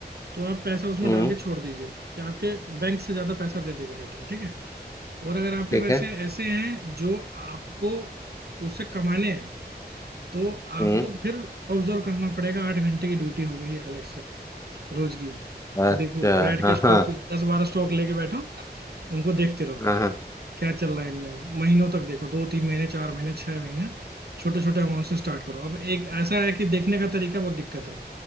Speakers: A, on the right; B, on the left.
A: तो आप पैसा उसमें
B: हम्म
A: डाल के छोड़ दीजिए कि आपके बैंक से ज्यादा पैसा दे देगा रिटर्न ठीक है और अगर आपके
B: ठीक
A: पैसे
B: है
A: ऐसे हैं जो आपको उससे कमाने हैं तो आपको
B: हम्म
A: फिर ऑब्जर्व करना पड़ेगा आठ घंटे की ड्यूटी हो गई है अलग से रोज की
B: अच्छा
A: देखो बैठ
B: हाँ
A: के स्टॉक
B: हाँ
A: कुछ दस बारह स्टॉक लेके बैठो उनको देखते रहो
B: हाँ हाँ
A: क्या चल रहा है इनमें महीनों तक देखो दो तीन महीने चार महीने छह महीने छोटे छोटे अमाउंट से स्टार्ट करो अब एक ऐसा है कि देखने का तरीका बहुत दिक्कत है